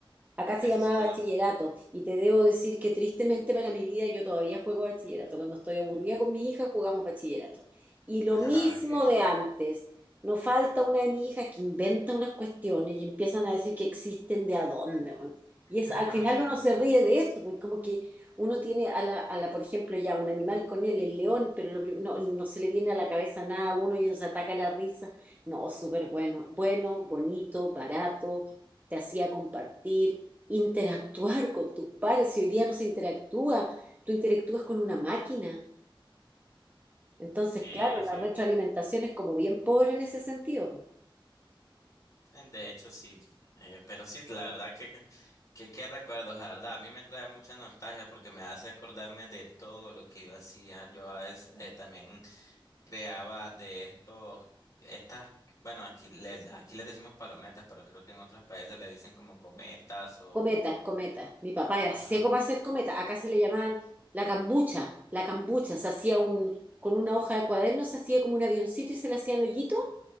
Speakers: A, on the right; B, on the left.
A: Acá
B: Eso
A: se llamaba
B: sí yo no.
A: bachillerato y te debo decir que tristemente para mi vida yo todavía juego bachillerato. Cuando estoy aburrida con mi hija jugamos bachillerato. Y lo
B: <laughs>
A: mismo
B: Ajá, okay.
A: de antes. No falta una de mis hijas que inventa unas cuestiones y empiezan a decir que existen de a dónde. weón. Y es,
B: <laughs>
A: al final
B: Sí,
A: uno se ríe de eso porque como que uno tiene a la, a la, por ejemplo, ya un animal con él, el león, pero lo prim- no, no se le viene a la cabeza nada a uno y uno se ataca la risa. No, súper bueno. Bueno, bonito, barato, te hacía compartir interactuar con tus pares. Si hoy día no se interactúa, tú interactúas con una máquina. Entonces,
B: sí.
A: claro,
B: sí.
A: la retroalimentación es como bien pobre en ese sentido.
B: Eh, De hecho, sí, eh, pero sí, la verdad que, que, qué recuerdos, la verdad, a mí me trae mucha nostalgia porque me hace acordarme de todo lo que yo hacía. Yo a veces eh, también creaba de estos, estas, bueno, aquí le, aquí les decimos palometas, pero creo que en otros países le dicen como cometas o,
A: Cometas, cometas. Mi papá era
B: ajá,
A: seco para hacer cometas. Acá se le llamaban la cambucha. La cambucha se hacía un, con una hoja de cuaderno, se hacía como un avioncito y se le hacían hoyito.